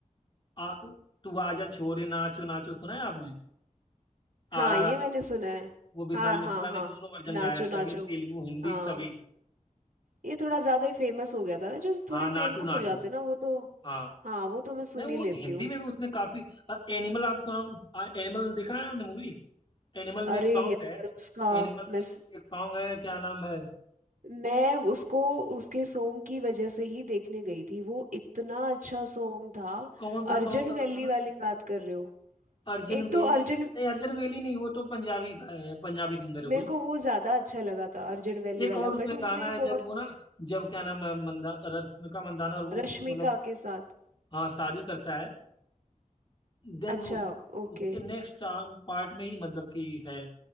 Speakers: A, on the left (about 35°); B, on the right (about 80°).
A: आ, तू आजा छोरे नाचो नाचो सुना है आपने
B: हाँ
A: आर आर
B: ये
A: आर
B: मैंने सुना है
A: वो विशाल
B: हाँ
A: मिश्रा
B: हाँ
A: ने
B: हाँ
A: दोनों वर्जन
B: नाचो
A: गाया है
B: नाचो
A: तमिल तेलुगु हिंदी
B: हाँ
A: सभी
B: ये थोड़ा ज्यादा ही फेमस हो गया था ना जो थोड़े
A: हाँ नाटू
B: फेमस
A: नाटू
B: हो जाते ना वो तो
A: हाँ
B: हाँ वो तो मैं सुन
A: नहीं वो
B: ही लेती
A: हिंदी
B: हूँ
A: में भी उसने काफी अ, एनिमल आप सॉन्ग अ, एनिमल देखा है आपने मूवी एनिमल में
B: अरे
A: एक सॉन्ग
B: यार
A: है
B: उसका
A: एनिमल
B: मैं
A: में एक सॉन्ग है क्या नाम है
B: मैं उसको उसके सॉन्ग की वजह से ही देखने गई थी वो इतना अच्छा सॉन्ग था
A: कौन सा
B: अर्जन
A: सॉन्ग था
B: वैली
A: बताना
B: वाली बात कर रहे हो
A: अर्जन
B: एक
A: वेली
B: तो अर्जन
A: नहीं अर्जन वेली नहीं वो तो पंजाबी का है पंजाबी सिंगर है कोई
B: मेरे को वो ज्यादा अच्छा लगा था अर्जन वैली
A: एक
B: वाला
A: और उसमें
B: बट उसमें
A: गाना
B: एक
A: है
B: और
A: जब वो ना जब क्या नाम है मंदा रश्मिका मंदाना और वो
B: रश्मिका
A: मतलब
B: के साथ
A: हाँ शादी करता है देन
B: अच्छा
A: उस
B: ओके
A: उसके नेक्स्ट पार्ट में ही मतलब कि है